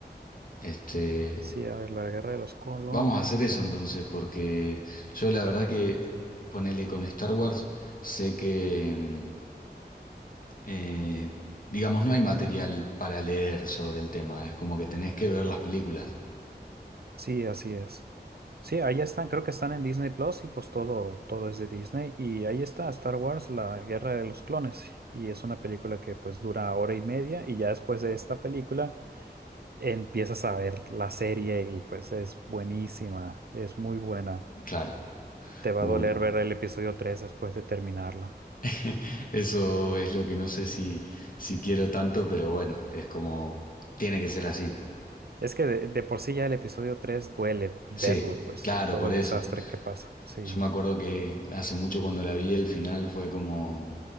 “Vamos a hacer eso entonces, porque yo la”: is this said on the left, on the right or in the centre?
Left